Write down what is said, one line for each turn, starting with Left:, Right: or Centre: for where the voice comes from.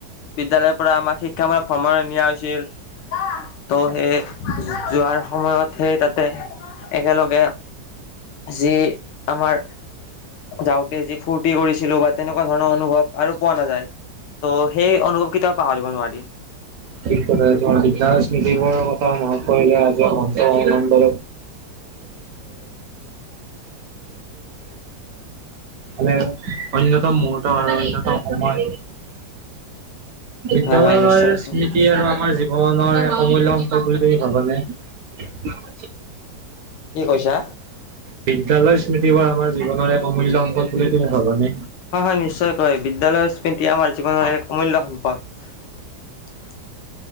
Left: বিদ্যালয়ৰ পৰা আমাক শিক্ষামূলক ভ্ৰমণ নিয়া হৈছিল, ত' সেই যোৱাৰ সময়ত সেই তাতে একেলগে যি আমাৰ যাওঁতে যি ফূৰ্তি কৰিচ ছিলো বা তেনেকুৱা ধৰণৰ অনুভৱ আৰু পোৱা নাযায়, ত' সেই অনুভৱ কেইটাও পাহৰিব নোৱাৰি।
Right: ঠিক কথা তোমাৰ বিদ্যালয় স্মৃতিবোৰৰ কথা মনত কৰিলে আজি মনটো <unintelligible> অন্যতম মূহুত অন্যতম সময় বিদ্ধৰ
Left: হয় হয় নিশ্চয়কৈ।
Right: স্মৃতি আৰু আমাৰ জীৱনৰ অমূল্য সম্পদ বুলি তুমি ভাবা নে? <unintelligible>
Left: কি কৈছা?
Right: বিদ্যালয় স্মৃতিবোৰ আমাৰ জীৱনৰ এক অমূল্য সম্পদ বুলি তুমি ভাবানে?
Left: হয়, হয়, নিশ্চয়কৈ বিদ্যালয়ৰ স্মৃতি আমাৰ জীৱনৰ এক অমূল্য সম্পদ।